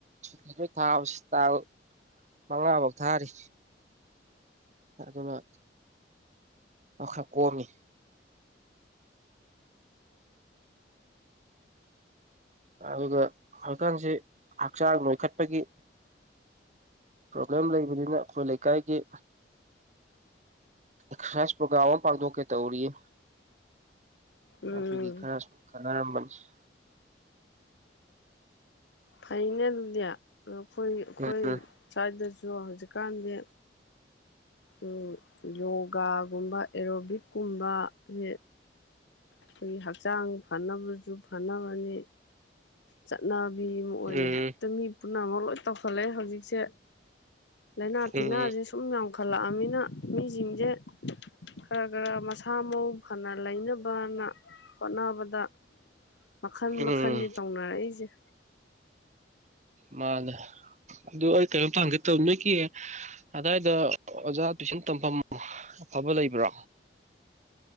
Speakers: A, on the right; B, on the left.
A: ꯁꯨꯇꯤ ꯂꯣꯏ ꯊꯥꯕꯁꯦ ꯇꯥꯡ ꯃꯉꯥꯐꯧ ꯊꯥꯔꯤ ꯑꯗꯨꯅ ꯃꯥ ꯈꯔ ꯀꯣꯝꯃꯤ ꯑꯗꯨꯒ ꯍꯧꯖꯤꯛꯀꯥꯟꯁꯤ ꯍꯛꯆꯥꯡ ꯅꯣꯏꯈꯠꯄꯒꯤ ꯄ꯭ꯔꯣꯕ꯭ꯂꯦꯝ ꯂꯩꯕꯅꯤꯅ ꯑꯩꯈꯣꯏ ꯂꯩꯀꯥꯏꯒꯤ ꯑꯦꯛꯁꯔꯁꯥꯏ ꯄ꯭ꯔꯣꯒ꯭ꯔꯥꯝ ꯑꯃ ꯄꯥꯡꯊꯣꯛꯀꯦ ꯇꯧꯔꯤꯌꯦ
B: ꯎꯝ
A: ꯑꯗꯨꯒꯤ ꯈꯔꯁꯨꯝ ꯈꯟꯅꯔꯝꯕꯅꯤ <inaudible>
B: ꯐꯩꯅꯦ ꯑꯗꯨꯗꯤ ꯑꯈꯣꯏ ꯑꯩꯈꯣꯏ
A: ꯎꯝ
B: ꯁ꯭ꯋꯥꯗꯁꯨ ꯍꯧꯖꯤꯛꯀꯥꯟꯗꯤ ꯎꯝ ꯌꯣꯒꯥꯒꯨꯝꯕ ꯑꯦꯔꯣꯕꯤꯛꯀꯨꯝꯕꯁꯦ ꯑꯩꯈꯣꯏꯒꯤ ꯍꯛꯆꯥꯡ ꯐꯅꯕꯁꯨ ꯐꯅꯕꯅꯤ ꯆꯠꯅꯕꯤ ꯑꯃ ꯑꯣꯏꯅ
A: ꯎꯝ
B: ꯍꯦꯛꯇ ꯃꯤ ꯄꯨꯝꯅꯃꯛ ꯂꯣꯏ ꯇꯧꯈꯜꯂꯛꯦ ꯍꯧꯖꯤꯛꯁꯦ ꯂꯥꯏꯅꯥ ꯇꯤꯟꯅꯥꯁꯦ
A: ꯎꯝ
B: ꯁꯨꯝ ꯌꯥꯝꯈꯠꯂꯛꯑꯕꯅꯤꯅ ꯃꯤꯁꯤꯡꯁꯦ ꯈꯔ ꯈꯔ ꯃꯁꯥ ꯃꯎ ꯐꯅ ꯂꯩꯅꯕꯅ ꯍꯣꯠꯅꯕꯗ ꯃꯈꯜ
A: ꯎꯝ
B: ꯃꯈꯟꯅꯤ ꯇꯧꯅꯔꯛꯏꯁꯦ
A: ꯃꯥꯅꯦ ꯑꯗꯨ ꯑꯩ ꯀꯩꯅꯣꯝꯇ ꯍꯪꯒꯦ ꯇꯧ ꯅꯣꯏꯒꯤ ꯑꯗꯥꯏꯗ ꯑꯣꯖꯥ ꯇꯨꯏꯁꯟ ꯇꯝꯐꯝ ꯑꯐꯕ ꯂꯩꯕ꯭ꯔꯣ